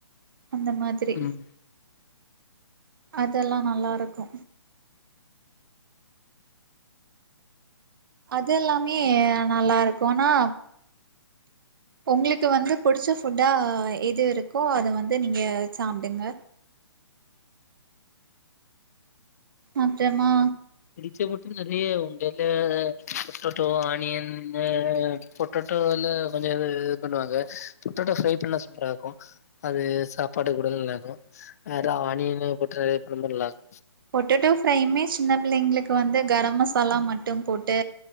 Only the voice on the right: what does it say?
அந்த மாதிரி
அதெல்லா நல்லாருக்கு அது எல்லாமே நல்லாருக்கு ஆனா உங்களுக்கு வந்து புடிச்ச ஃபுட்டா எது இருக்கோ அத வந்து நீங்க சாப்டுங்க அப்றமா
பொட்டேட்டோ ஃப்ரையுமே சின்ன பிள்ளைங்களுக்கு வந்து கரம் மசாலா மட்டும் போட்டு